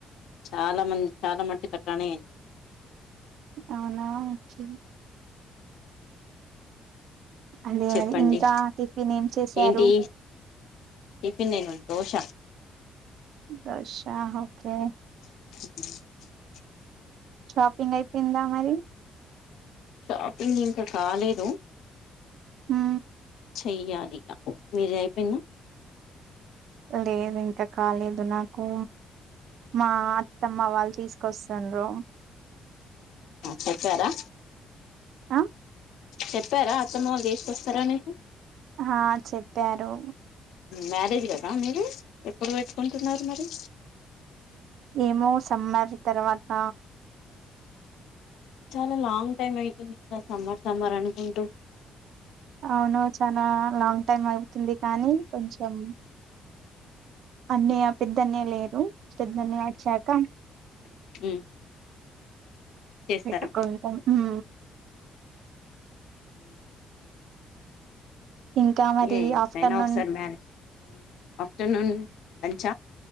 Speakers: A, on the left; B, on the right.
A: చాలా మంది చాలా మట్టు కట్ట్ అట్లనేయింది
B: అవునా వచ్చు అదే
A: చెప్పండి
B: మరి ఇంకా టిఫిన్ ఏం చేశారు
A: ఏంటీ టిఫిన్ నేను దోశ
B: దోశా ఓకే
A: హ
B: షాపింగ్ అయిపోయిందా మరి
A: షాపింగ్ ఇంకా కాలేదు
B: హ
A: చెయ్యాలిగా మీరిది అయిపెంద
B: లేదు ఇంకా కాలేదు నాకు మా అత్తమ్మ వాళ్ళు తీసుకొస్తుండ్రు
A: చెప్పారా
B: ఆ
A: చెప్పారా అత్తమవాలు తీసుకొస్తారని
B: ఆ చెప్ ప్పారు
A: మ్యారేజ్ కదా మీరు ఎప్పుడు పెట్టుకుంటున్నారు మరి
B: ఏమో సమ్మర్ తర్వాత
A: చాలా లాంగ్ టైమ్ అయితుంది కదా సమ్మర్ సమ్మర్ అనుకుంటూ
B: అవును చనా లాంగ్ టైమ్ ఆవుతుంది కానీ కొంచెం అన్నయ్య పెద్దన్నయ లేరు పెద్దన్నయ వచ్చాక
A: ఉమ్ చేస్తారా
B: పెట్కుంటం ఉ
A: ఓకే నైస్ నైస్
B: ఇంకా మరి
A: ఏ
B: ఆఫ్టర్నూన్
A: టైన ఒక సారి మ్యారేజ్ ఆఫ్టర్నూన్ లంచ